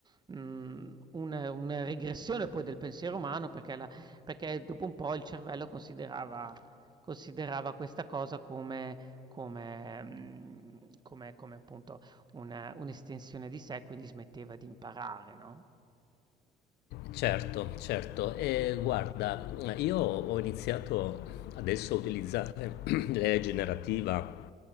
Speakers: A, on the right; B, on the left.
A: mh, una, una regressione poi del pensiero umano perché, la- perché dopo un po' il cervello considerava, considerava questa cosa come... Come, mh, come, come appunto una- un'estensione di sé, quindi smetteva di imparare, no?
B: Certo, certo. E guarda, io ho iniziato adesso a utilizzare <clears throat> l'IA generativa